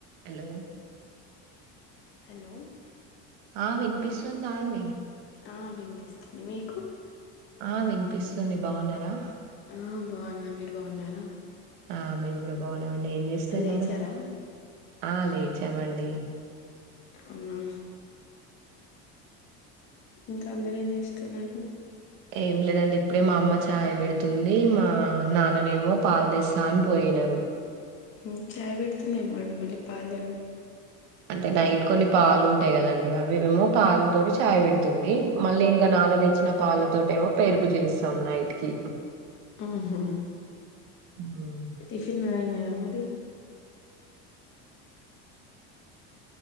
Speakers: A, on the right; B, on the left.
A: Hello
B: hello
A: ఆ వినిపిస్తుందా అండి
B: ఆ వినిపిస్తుంది. మీకు
A: ఆ వినిపిస్తుంది. బాగున్నారా?
B: ఆ బాగున్న మీరు బాగున్నారా
A: ఆ మేము గూడా బాగున్నామండి ఏం చేస్తున్నారు
B: లేచారా
A: ఆ లేచామండి.
B: అమ్మా ఇంకా అందరు ఏం జేస్తున్నారు
A: ఏం లేదండి ఇప్పుడే మా అమ్మ చాయ్ పెడుతుంది. మా నాన్ననేమో పాలుదేస్తా అని పోయి వెళ్ళారు
B: ఉమ్ చాయ్ పెడుతుందమో అండి మళ్ళీ పాలు దేవడానికి
A: అంటే నైట్ కొన్ని పాలు ఉంటాయి కదండి అవి ఏమో పాలు తోటి చాయ్ పెడుతుంది. మళ్ళీ ఇంకా నాన్న తెచ్చిన పాలతోట ఏమో పెరుగు చేస్తాం నైట్ కి
B: ఉమ్ హూ
A: ఉమ్,
B: టిఫిన్ లైనయా మరి